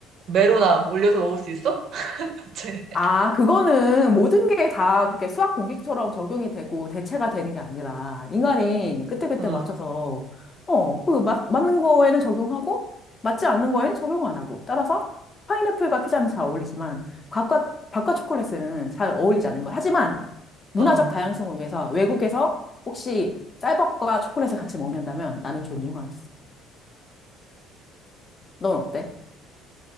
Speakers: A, on the right (about 50°); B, on the left (about 30°).
A: 메로나 올려서 먹을 수 있어? <laughs> 대체.
B: 아, 그거는 모든 게 다 그렇게 수학 공식처럼 적용이 되고 대체가 되는 게 아니라 인간이 그때그때
A: 어,
B: 맞춰서 어, 그 맞, 맞는 거에는 적용하고 맞지 않는 거에는 적용 안 하고 따라서 파인애플과 피자는 잘 어울리지만 과과 바과 초콜릿은 잘 어울리지 않는 거. 하지만 문화적
A: 어.
B: 다양성을 위해서 외국에서 혹시 쌀밥과 초콜릿을 같이 먹는다면 나는 존중하겠어. 넌 어때?